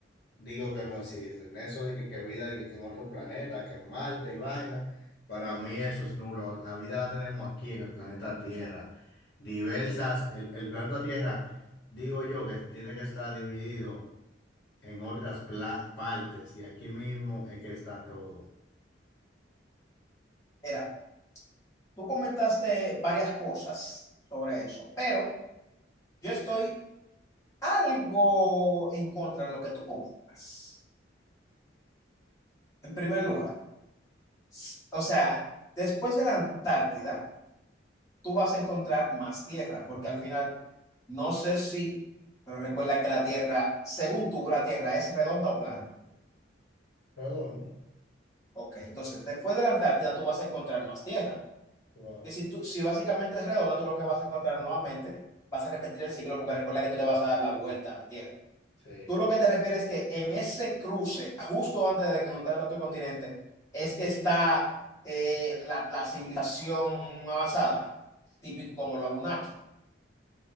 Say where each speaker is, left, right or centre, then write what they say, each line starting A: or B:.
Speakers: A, on the left; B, on the left.
A: digo que no existen. Eso de que, que vida, de que, que en otro planeta, que en Marte y vaina, para mí eso es nulo. La vida la tenemos aquí en el planeta Tierra. Diversas, el, el planeta Tierra, digo yo que tiene que estar dividido en otras pla- partes y aquí mismo es que está todo.
B: Mira, tú comentaste varias cosas sobre eso, pero yo estoy algo en contra de lo que tú comentas. En primer lugar, s- o sea, después de la Antártida, tú vas a encontrar más tierra, porque al final, no sé si, pero recuerda que la tierra, según tú, la tierra es redonda o plana.
A: Redondo,
B: Ok, entonces, después de la Antártida, tú vas a encontrar más tierra.
A: claro.
B: que si, tú, si básicamente es redonda, tú lo que vas a encontrar nuevamente, vas a repetir el ciclo, porque recuerda que tú le vas a dar la vuelta a la Tierra.
A: Sí.
B: Tú lo que te refieres es que en ese cruce, justo antes de que encontrar el otro continente, es que está eh, la, la civilización avanzada, típico como lo Anunnaki.